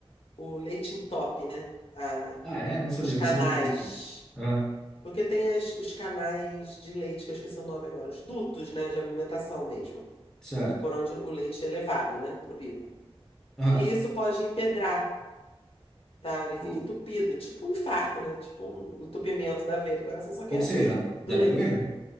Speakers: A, on the left; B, in the centre.
A: o leite entope, né? A,
B: Ah, é? Não sabia,
A: os canais.
B: não sabia que existia. Aham.
A: Porque tem as, os canais de leite, que eu esqueci o nome agora, os dutos, né, de alimentação mesmo,
B: Certo.
A: por onde o leite é levado, né, pro bico.
B: Aham.
A: E isso pode empedrar. tá? Ele fica
B: Ui.
A: entupido, tipo um infarto, né? Tipo um entupimento da veia do coração, só que
B: Ou
A: é
B: seja,
A: do
B: deve
A: leite.
B: doer, né?